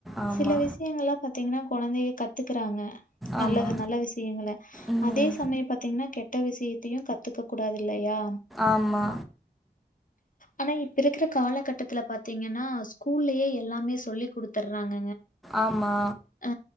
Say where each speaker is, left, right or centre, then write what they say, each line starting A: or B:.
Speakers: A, in the centre; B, on the left.
A: ஆமா
B: சில விஷயங்கலா பாத்தீங்கனா கொழந்தையே கத் த்துக்குறாங்க
A: ஆமா
B: நல்லது நல்ல விஷயங்கள
A: ம்
B: அதே சமய பாத்தீங்கனா கெட்ட விஷயத்தையு கத்துக்க கூடாது இல்லயா
A: ஆமா
B: அனா இப்ப இருக்குற காலகட் த்துல பாத்தீங்கனா ஸ்கூல்யே எல்லாமே சொல்லி கொடுத்துறாங்க
A: ஆமா
B: ஹ